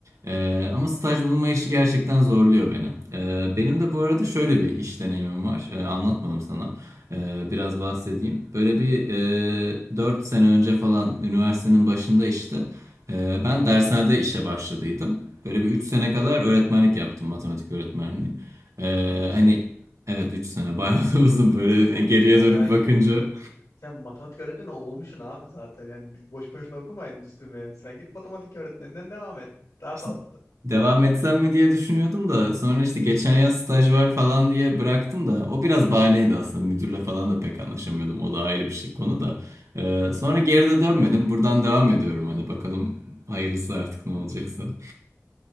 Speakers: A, on the right; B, on the left.
A: E, ama staj bulma işi gerçekten zorluyor beni. E, benim de bu arada şöyle bir iş deneyimim var. E, anlatmadım sana. E, biraz
B: Hı hı.
A: bahsedeyim. Böyle bir e, 4 sene önce falan üniversitenin başında işte e, ben dershanede işe başladıydım. Böyle bir 3 sene kadar öğretmenlik yaptım matematik öğretmenliği. Ee,
B: 3
A: hani evet 3 sene bayağı da <laughs> uzun böyle
B: Ba-
A: geriye
B: bayağı
A: dönüp bakınca
B: iyi ya. Sen, sen matematik öğretmeni olmuşsun abi zaten. Yani boş boşuna okuma endüstri mühendisi. Ben git matematik öğretmeninden devam et. Daha
A: işte
B: tatlı.
A: devam etsem mi diye düşünüyordum da sonra işte geçen yaz staj var falan diye bıraktım da o biraz bahaneydi aslında müdürle falan da pek anlaşamıyordum o da ayrı bir şey konu da. Ee,
B: Hı.
A: sonra
B: hı.
A: geri de dönmedim buradan devam ediyorum hani bakalım hayırlısı artık ne olacaksa.